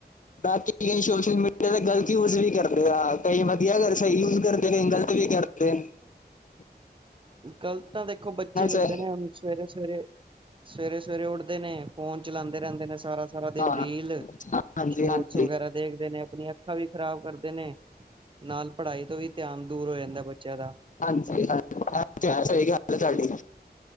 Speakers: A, on the left; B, on the right.
A: ਬਾਕੀ ਸੋਸ਼ਲ ਮੀਡੀਆ ਕ ਗ਼ਲਤ ਯੂਜ ਵੀ ਕਰਦੇ ਆ, ਕਹੀ ਵਧੀਆ ਅਗਰ ਸਹੀ ਯੂਜ ਕਰਦੇ ਨੇ, ਗ਼ਲਤ ਵੀ ਕਰਦੇ ਨੇ। <unintelligible>
B: ਗ਼ਲਤ ਤਾਂ ਦੇਖੋ ਬੱਚੇ ਕਰਦੇ
A: ਹੈ
B: ਨੇ, ਹੁਣ ਸਵੇਰੇ ਸਵੇਰੇ ਸਵੇਰੇ ਸਵੇਰੇ ਉੱਠਦੇ ਨੇ, ਫੋਨ ਚਲਾਉਂਦੇ ਰਹਿੰਦੇ ਨੇ ਸਾਰਾ ਦਿਨ। ਸਾਰਾ ਦਿਨ
A: ਹਾਂ
B: ਰੀਲ,
A: ਹਾਂਜੀ
B: ਸ਼ੋਰਟਸ
A: ਹਾਂਜੀ
B: ਵਗੈਰਾ ਦੇਖਦੇ ਨੇ, ਆਪਣੀਆਂ ਅੱਖਾਂ ਵੀ ਖ਼ਰਾਬ ਕਰਦੇ ਨੇ। ਨਾਲ ਪੜ੍ਹਾਈ ਤੋਂ ਵੀ ਧਿਆਨ ਦੂਰ ਹੋ ਜਾਂਦਾ, ਬੱਚਿਆਂ ਦਾ।
A: ਹਾਂਜੀ ਹਾਂ ਇਹ ਤੇ ਹਾ, ਸਹੀ ਗਲ ਹੈ, ਤੁਹਾਡੀ।